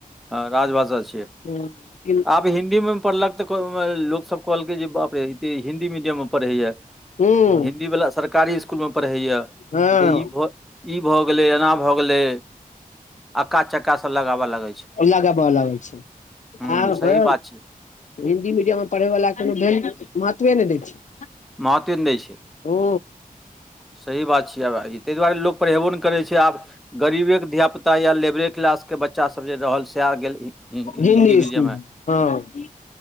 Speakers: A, in the centre; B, on the left.
A: हँ राजभाषा छियै
B: लेकिन
A: आ ब हिंन्दी में पढ़लक तऽ <unintelligible> लोक सब कहलकै जे बाप रे इ तऽ हिन्दी मीडियम में पढ़ैया। <unintelligible>
B: हूँ
A: हिन्दीवला सरकारी इसकुलमे पढ़ैए
B: हँ
A: तऽ ई भऽ ई भऽ गेलै एना भऽ गेलै अक्का-चक्का सब लगाबऽ लागै छै।
B: लगाबऽ लागै छै
A: हूँ
B: आब
A: सही
B: हँ
A: बात छै
B: हिन्दी मीडियम में पढ़यवला कोनो भैल महत्वे नैय दै छै।
A: महत्वे नैय दै छै।
B: ओ।
A: सही बात छियै आब ताहि दुआरे लोक पढ़ेबो नहि करै छै आब गरीबेके धिया पुता। या लेबरे क्लास के बच्चा सब जे रहल सैह गेल। हि
B: हिन्दी
A: मीडियम
B: स्कूलमे
A: मे
B: हँ।